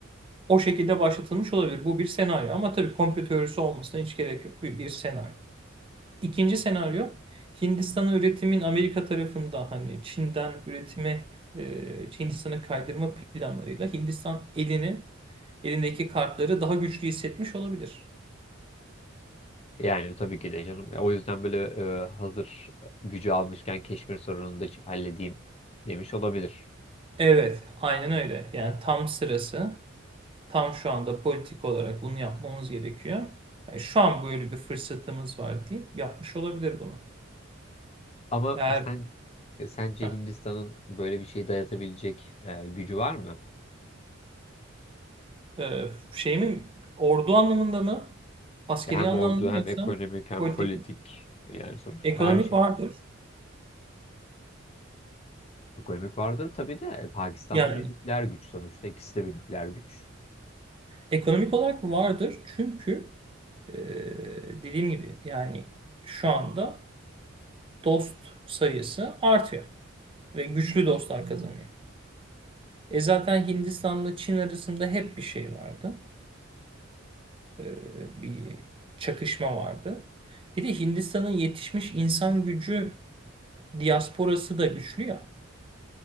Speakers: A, on the right (about 25°); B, on the left (about 30°).
A: O şekilde başlatılmış olabilir. Bu bir senaryo ama tabii komplo teorisi olmasına hiç gerek yok. Bir, bir senaryo. İkinci senaryo Hindistan'a üretimin Amerika tarafında hani Çin'den üretime e, Hindistan'a kaydırma planlarıyla Hindistan elini elindeki kartları daha güçlü hissetmiş olabilir.
B: Yani tabii ki de canım. O yüzden böyle e, hazır gücü almışken Keşmir sorununu da halledeyim demiş olabilir.
A: Evet, aynen öyle. Yani tam sırası, tam şu anda politik olarak bunu yapmamız gerekiyor. Yani şu an böyle bir fırsatımız var deyip yapmış olabilir bunu.
B: Ama
A: Eğer
B: sen e, sence
A: heh,
B: Hindistan'ın böyle bir şey dayatabilecek e, gücü var mı?
A: e, şey mi, ordu anlamında mı, askeri
B: Ya Hem
A: anlamda
B: ordu
A: mı
B: hem
A: yoksa
B: ekonomik hem
A: politik
B: politik
A: mi?
B: e, yani sonuçta
A: Ekonomik
B: her şey.
A: vardır.
B: Ekonomik vardır tabii de e, Pakistan'da
A: Yani
B: bir nükleer güç sonuçta ikisi de bir nükleer güç.
A: ekonomik olarak vardır çünkü e, dediğim gibi yani şu anda dost sayısı artıyor ve güçlü dostlar kazanıyor. E zaten Hindistan'la Çin arasında hep bir şey vardı. Ee, bir çakışma vardı. Bir de Hindistan'ın yetişmiş insan gücü diasporası da güçlü ya.